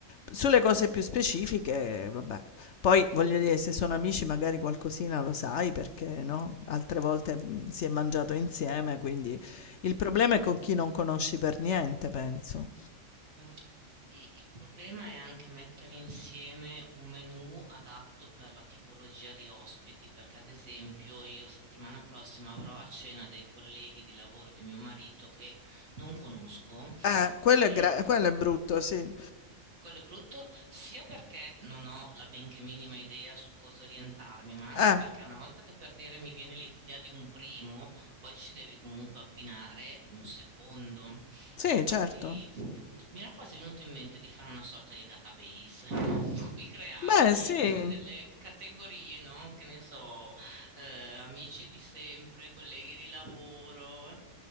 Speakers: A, on the left; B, on the right.
A: Sulle cose più specifiche, vabbè. Poi voglio dire, se sono amici magari qualcosina lo sai perché no? Altre volte mm, si è mangiato insieme, quindi il problema è con chi non conosci per niente, penso.
B: Mm, Sì, il problema è anche mettere insieme un menù adatto per la tipologia di ospiti, perché ad esempio io settimana prossima avrò a cena dei colleghi di lavoro di mio marito che non conosco,
A: Eh, quello
B: ok?
A: è gra- quello è brutto, sì.
B: Quello è brutto sia perché non ho la benché minima idea su cosa orientarmi, ma anche
A: Eh,
B: perché una volta che per dire mi viene l'idea di un primo, poi ci devi comunque abbinare un secondo.
A: sì,
B: Infatti,
A: certo.
B: mi era quasi venuto in mente di fare una sorta di database, <laughs> in cui creare
A: Beh, sì.
B: come delle categorie, no? Che ne so, eh, amici di sempre, colleghi di lavoro, eh,